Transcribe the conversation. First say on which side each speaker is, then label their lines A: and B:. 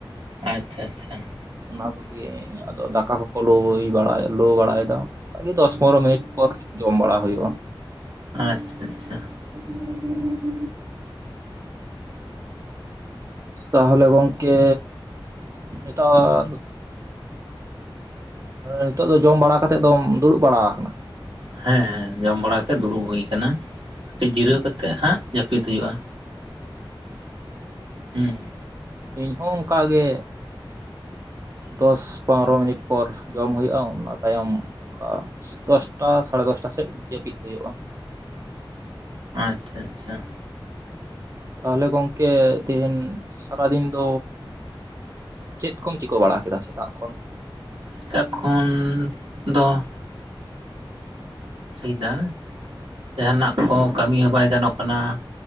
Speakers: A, on the right; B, on the right.
A: ᱟᱪᱪᱷᱟ ᱟᱪᱪᱷᱟ ᱾
B: ᱚᱱᱟ ᱠᱚᱜᱮ ᱟᱫᱚ ᱫᱟᱠᱟ ᱠᱚᱠᱚ ᱞᱳᱭ ᱵᱟᱲᱟᱭ ᱞᱳ ᱵᱟᱲᱟᱭ ᱫᱟ ᱾ ᱚᱱᱠᱟ ᱜᱮ ᱫᱚᱥ ᱯᱚᱱᱨᱚ ᱢᱤᱱᱤᱴ ᱯᱚᱨ, ᱡᱚᱢ ᱵᱟᱲᱟ ᱦᱩᱭᱩᱜᱼᱟ ᱾
A: ᱟᱪᱪᱷᱟ ᱟᱪᱪᱷᱟ
B: <unintelligible> ᱛᱟᱦᱚᱞᱮ ᱜᱚᱝᱠᱮ ᱱᱮᱛᱟᱨᱼᱼ ᱱᱤᱛᱚᱜ ᱫᱚ ᱡᱚᱢ ᱵᱟᱲᱟ ᱠᱟᱛᱮ ᱫᱚᱢ ᱫᱩᱲᱩᱵ ᱵᱟᱲᱟ ᱠᱟᱱᱟ?
A: ᱦᱮᱸ ᱦᱮᱸ ᱡᱚᱢ ᱵᱟᱲᱟ ᱠᱟᱛᱮᱜ, ᱫᱩᱲᱩᱵ ᱦᱩᱭ ᱠᱟᱱᱟ ᱾ ᱠᱟᱹᱴᱤᱡ ᱡᱤᱨᱟᱹᱣ ᱠᱟᱛᱮᱜ ᱦᱟᱸᱜ ᱡᱟᱹᱯᱤᱫ ᱦᱩᱭᱩᱜᱼᱟ ᱦᱩᱸ ᱾
B: ᱤᱧᱦᱚ ᱚᱱᱠᱟᱜ ᱜᱮ ᱫᱚᱥ ᱯᱚᱱᱨᱚ ᱢᱤᱱᱤᱴ ᱯᱚᱨ ᱡᱚᱢ ᱦᱩᱭᱩᱜᱼᱟ ᱚᱱᱟ ᱛᱟᱭᱚᱢ ᱚᱱᱠᱟ ᱾ ᱫᱚᱥᱴᱟ ᱥᱟᱲᱮ ᱫᱚᱥᱴᱟ ᱥᱮᱫ ᱡᱟᱹᱯᱤᱫ ᱦᱩᱭᱩᱜᱼᱟ ᱾
A: ᱟᱪᱪᱷᱟ ᱟᱪᱪᱷᱟ ᱾
B: ᱛᱟᱦᱚᱞᱮ ᱜᱚᱝᱠᱮ ᱛᱮᱦᱮᱧ ᱥᱟᱨᱟ ᱫᱤᱱ ᱫᱚᱼᱼ ᱪᱮᱫ ᱠᱚᱢ ᱪᱤᱠᱟᱹ ᱵᱟᱲᱟ ᱠᱮᱫᱟ ᱥᱮᱛᱟᱜ ᱠᱷᱚᱱ?
A: ᱥᱮᱛᱟᱜ ᱠᱷᱚᱱ ᱫᱚᱼᱼ ᱮᱫᱟ ᱡᱟᱦᱟᱸᱱᱟᱜ ᱠᱚ ᱠᱟᱹᱢᱤ ᱦᱚᱸ ᱵᱟᱭ ᱜᱟᱱᱚᱜ ᱠᱟᱱᱟ ᱾